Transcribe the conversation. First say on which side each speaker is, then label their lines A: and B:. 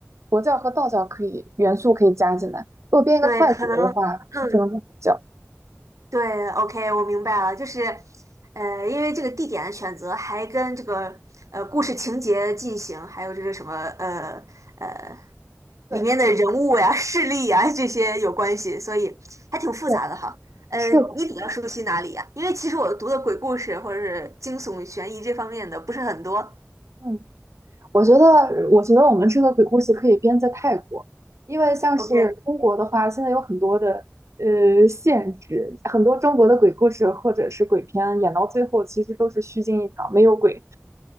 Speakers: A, on the right; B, on the right.
A: 佛教和道教可以元素可以加进来。如果编一个泰国的的话，
B: 对，可能，嗯，
A: 就只能是佛教。
B: 对，OK，我明白了，就是，呃，因为这个地点的选择还跟这个呃故事情节进行，还有这个什么呃呃里面的人物呀、
A: 对
B: <laughs> 势力呀这些有关系，所以还挺复杂的哈。
A: 对，
B: 嗯、
A: 是，
B: 你比较熟悉哪里呀？因为其实我读的鬼故事或者是惊悚、悬疑这方面的不是很多。
A: 嗯。我觉得，我觉得我们这个鬼故事可以编在泰国，因为像是中国的话，
B: OK，
A: 现在有很多的呃限制，很多中国的鬼故事或者是鬼片演到最后，其实都是虚惊一场，没有鬼。